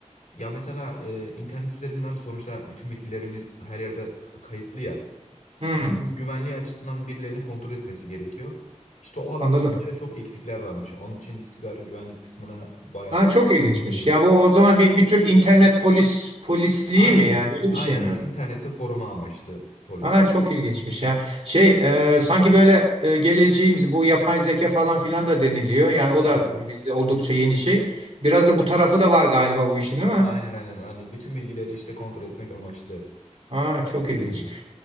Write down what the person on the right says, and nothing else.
Hmm,
anladım.
Ha, çok ilginçmiş.
Ya bu o zaman bir, bir tür internet polis polisliği
mi yani öyle
bir şey mi?
Ha, çok ilginçmiş ya. Şey e, sanki böyle e, geleceğimiz bu yapay zeka falan filan da deniliyor. Yani o
da bizde oldukça yeni şey. Biraz da bu tarafı da var galiba bu işin değil mi?
Ha, çok
ilginç.